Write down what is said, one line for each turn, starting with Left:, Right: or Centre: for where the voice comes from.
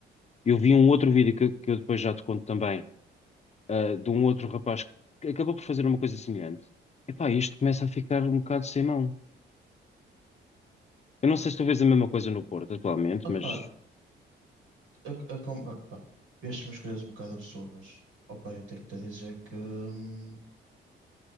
Left: Eu vi um outro vídeo que, que eu depois já te conto também, ah, de um outro rapaz que acabou por fazer uma coisa semelhante. Epá, isto começa a ficar um bocado sem mão. Eu não sei se tu vês a mesma coisa no Porto atualmente,
Right: Opa,
Left: mas
Right: a, a, com- opa, vieste umas coisas um bocado absurdas. Opa, eu tenho que te dizer que hum,